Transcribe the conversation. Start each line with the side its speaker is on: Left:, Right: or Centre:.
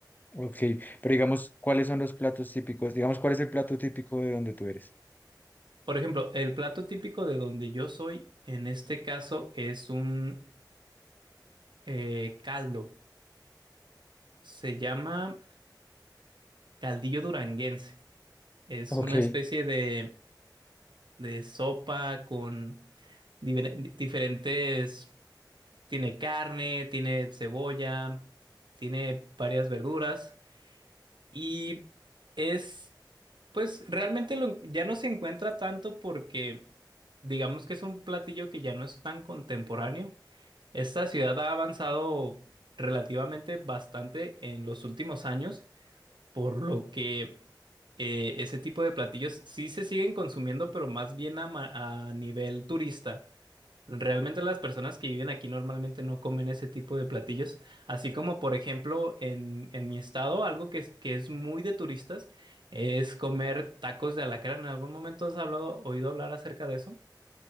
Left: Ok. Pero digamos, ¿cuáles son los platos típicos? Digamos, ¿cuál es el plato típico de donde tú eres?
Right: Por ejemplo, el plato típico de donde yo soy, en este caso, es un eh, caldo. Se llama caldillo duranguense. Es
Left: Ok.
Right: una especie de, de sopa con diver- di- diferentes... Tiene carne, tiene cebolla, tiene varias verduras y es, pues realmente lo en- ya no se encuentra tanto porque digamos que es un platillo que ya no es tan contemporáneo. Esta ciudad ha avanzado relativamente bastante en los últimos años Por lo que eh, ese tipo de platillos sí se siguen consumiendo, pero más bien a, ma- a nivel turista. Realmente las personas que viven aquí normalmente no comen ese tipo de platillos. Así como, por ejemplo, en, en mi estado, algo que es, que es muy de turistas es comer tacos de alacrán. ¿En algún momento has hablado, oído hablar acerca de eso?